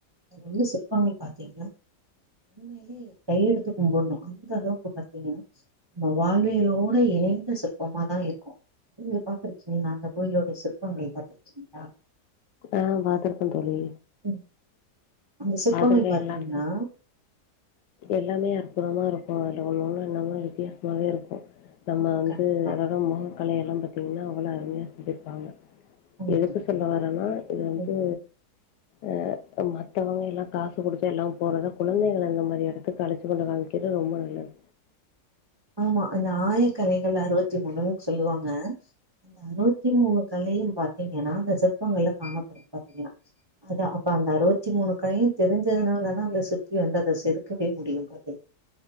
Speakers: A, on the right; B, on the left.
A: அதுல உள்ள சிற்பங்கள் பாத்தீங்கன்னா உண்மையிலயே கையெடுத்து கும்ட்னு அந்த அளவுக்கு பாத்தீங்கன்னா நம்ம வாழ்வியலோட இணைந்த சிற்பமாதா இருக்கு நீங்க பாத்துருக்கீங்களா அந்த கோயிலோட சிற்பங்கள் பாத்துருக்கீங்களா
B: ஆ பாத்துருக்கே தோழி
A: ம் அந்த சிற்பங்கள்
B: பாத்துருக்கே
A: பாத்தீங்கன்னா
B: எல்லாமே எல்லாமே அற்புதமா இருக்கு அதுல ஒண்ணு ஒண்ணு எல்லாமே வித்தியாசமாவே இருக்கு நம்ம
A: ம்
B: வந்து
A: கண்டிப்பா
B: அதோட மொகக்கலை எல்லா பாத்தீங்கன்னா அவ்ள அருமையா செஞ்சிருப்பாங்கா
A: ம்
B: எதுக்கு சொல்ல வர்றேன்னா இது வந்து
A: ம்
B: ஆ மத்தவங்க நல்ல காசு குடுத்து எல்லாம் போறது கொழந்தைங்கள அந்த மாரி எடத்துக்கு அழச்சி கொண்டு காமிக்கறது ரெம்ப நல்லது
A: ஆமா அந்த ஆயாக்கலைகள் அறுவத்தி மூணுன்னு சொல்லுவாங்க அந்த அறுவத்தி மூணு கலையு பாத்தீங்கன்னா அந்த சிற்பங்கள்ல காணப்படும் பாத்தீங்கன்னா அதா அப்ப அறுவத்தி மூணு கலையு தெரிஞ்சாதுனாலதான அந்த சிற்பி வந்து அத செதுக்கவே முடியு பாத்திங்கன்னா